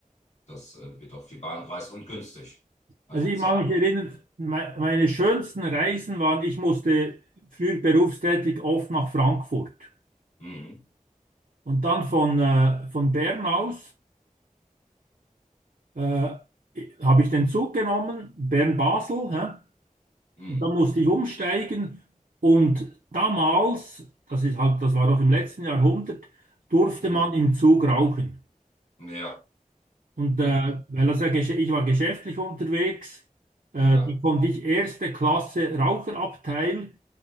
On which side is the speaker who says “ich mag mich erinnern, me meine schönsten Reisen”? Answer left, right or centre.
Right